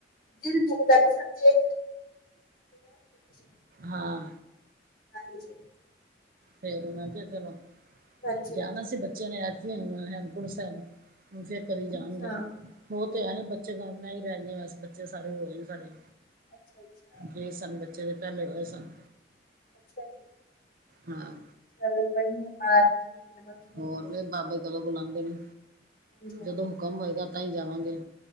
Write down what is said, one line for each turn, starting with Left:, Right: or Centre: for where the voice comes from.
Left: ਦਿਲ ਬੁਹਤ ਦਰਦ ਸਮਝੇ <unintelligible>
Right: ਹਾਂ।
Left: ਹਜੇ
Right: ਫਿਰ ਉਹ ਮੈਂ ਕਿਹਾ ਚਲੋ।
Left: ਹਾਂਜੀ
Right: ਜਾਣਾ
Left: ਹਾਂਜੀ
Right: ਸੀ ਬੱਚਿਆਂ ਨੇ ਐਤ ਕੀ ਹੇਮਕੋਟ ਸਾਹਿਬ। ਹੁਣ ਫਿਰ ਕਦੀ ਜਾਣਗੇ।
Left: ਅੱਛਾ
Right: ਉਹ ਤੇ ਹੈ ਬੱਚੇ ਉਨਾ ਹੀ ਰਹਿ ਗਿਆ ਬੱਚੇ ਸਾਰੇ <unintelligible> ਸਾਰੇ
Left: ਅੱਛਾ ਅੱਛਾ
Right: ਗਰੇਸ ਤੁਹਾਨੂੰ ਬੱਚੇ ਦੇ ਪਹਿਲੇ ਹੋਏ ਸਨ।
Left: ਅੱਛਾ ਜੀ।
Right: ਹਾਂ।
Left: <unintelligible>
Right: ਹੋਰ ਵੀ ਬਾਬੇ ਕਦੋਂ ਬੁਲਾਦੇ ਨੇ।
Left: <unintelligible>
Right: ਜਦੋਂ ਹੁਕਮ ਹੋਏਗਾ ਤਾਂ ਹੀ ਜਾਵਾਂਗੇ।